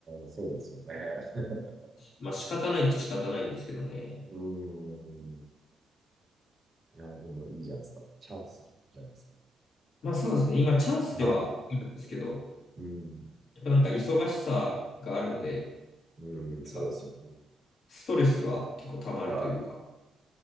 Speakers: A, on the right; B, on the left.
A: そうですよね。<laughs>
B: まあ仕方ないっちゃ仕方ないんですけどね。
A: うん。いや、でもいいじゃないですか。チャンスじゃないですか。
B: まあそうですね、今チャンスではあるんですけど、
A: はい。うん。
B: やっぱなんか忙しさがあるので、
A: うん、
B: なんか
A: そうですよね。
B: ストレスは結構溜まるというか
A: はい。